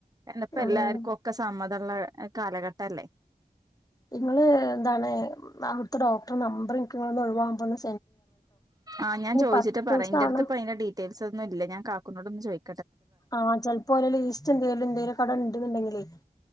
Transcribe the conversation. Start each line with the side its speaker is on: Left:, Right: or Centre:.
Right: എന്നപ്പ
Left: ഉം
Right: എല്ലാർക്കും ഒക്കെ സമ്മതി ഇപ്പൊള്ള കാലഘട്ട അല്ലേ
Left: നിങ്ങള് ന്താണ് അവിടുത്തെ ഡോക്ടറെ നമ്പർ ഇനിക്കിങ്ങനെ ഒഴിവാകുമുന്ന
Right: ആ ഞാൻ ചോയിച്ചിട്ട്
Left: പത്തൂസാണ്
Right: പറയാം ഇന്റടുത്ത്പ്പയിന്റെ ഡീറ്റെയിൽസ് ഒന്നും ഇല്ല ഞാൻ കാക്കുനോടൊന്നു ചോയി
Left: ആഹ് ചിലപ്പോലെ ലീസ്റ്റ് എന്തേലും ഇന്റലും ഒക്കെ അവടെ ണ്ട് ണ്ടെങ്കിലെ